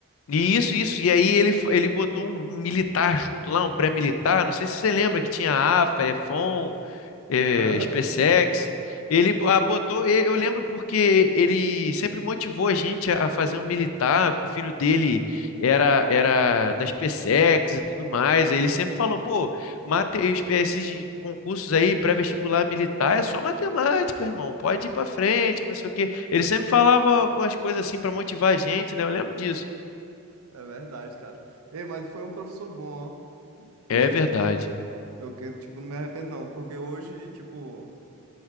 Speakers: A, on the left; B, on the right.
A: E isso, isso. E aí ele, fa- ele botou um militar junto lá, um pré-militar. Não sei se você lembra que tinha AFA, EFON. eh,
B: <laughs>
A: SpaceX. Ele bo- ah, botou, e- eu lembro porque ele sempre motivou a gente a a fazer um militar, porque o filho dele era era da SpaceX e tudo mais. Aí Ele sempre falou, pô, mate, es- esses concursos aí pré-vestibular militar é só matemática, irmão. Pode ir pra frente, que não sei o quê.
B: É.
A: Ele
B: Aham.
A: sempre falava com as coisas assim pra motivar a gente, né? Eu lembro disso.
B: É verdade, cara. Ei, mas foi um professor bom, ó.
A: É
B: Eu,
A: verdade.
B: eu, que- tipo, não me arrependo, não, porque hoje, tipo.